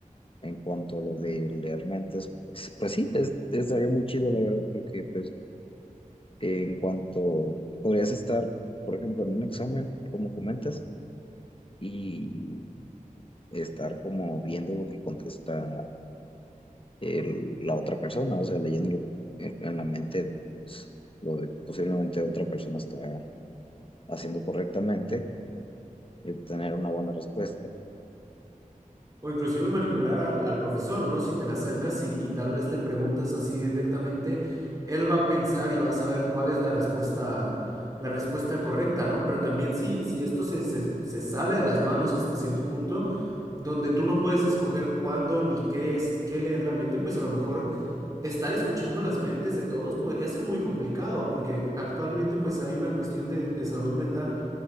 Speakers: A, on the left; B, on the right.
A: en cuanto a lo de leer mentes, pues, pues sí, es, estaría muy chido, la verdad, porque pues en cuanto podrías estar, por ejemplo, en un examen, como comentas, y estar como viendo lo que contesta el- la otra persona, o sea, leyendo en, en la mente, pues, lo que posiblemente otra persona está haciendo correctamente y obtener una buena respuesta.
B: O inclusive manipular al, al profesor, ¿no? Si te le acercas y, y tal vez le preguntas así directamente, él va a pensar y va a saber cuál es la respuesta, la respuesta correcta, ¿no? Pero también si, si esto se, se, se sale de las manos hasta cierto punto, donde tú no puedes escoger cuándo ni qué es, qué leer la mente, pues a lo mejor estar escuchando las mentes de todos podría ser muy complicado, porque actualmente pues hay una cuestión de de salud mental